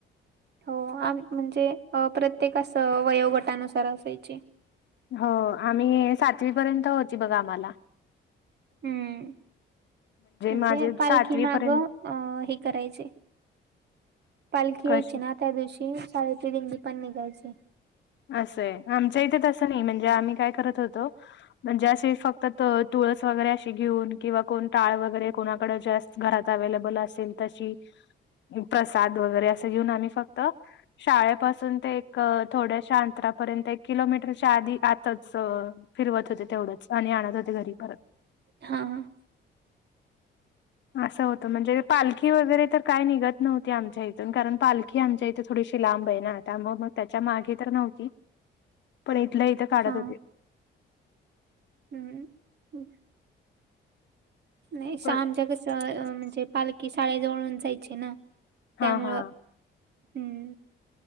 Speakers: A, on the right; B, on the left.
A: हो आमी म्हणजे प्रत्येकास वयोगटानुसार असायचे.
B: हो आम्ही सातवी पर्यंत होती बघा आम्हाला.
A: हम्म म्हणजे
B: माझे
A: पालखी
B: सातवी
A: माग
B: पर्यंत
A: अ हे करायचे. पालखी
B: कश
A: यायची ना त्या दिवशी साडेती दिंडी पण निघायची.
B: असं आहे आमच्या इथे तसं नाही म्हणजे आम्ही काय करत होतो. म्हणजे असे फक्त तुळस वगैरे अशी घेऊन किंवा कोण टाळ वगैरे कोणाकडे जा घरात अवेलेबल असेल तशी प्रसाद वगैरे असं घेऊन आम्ही फक्त शाळेपासून ते एक थोड्या शांतरापर्यंत एक किलोमीटरच्या आधी आतच फिरवत होते तेवढंच आणि आणत होते घरी परत.
A: हा ह.
B: असं होतं म्हणजे पालखी वगैरे तर काय निघत नव्हती आमच्या इथून कारण पालखी आमच्या इथ थोडीशी लांब आहे ना आता मग मग त्याच्या मागे तर नव्हती पण इथलं इथं काढत
A: हा
B: होते.
A: हम्म नाही शमच्याग
B: पण
A: म्हणजे पालखी शाळे जवळून जायची ना त्यामुळं
B: हा हा
A: हम्म.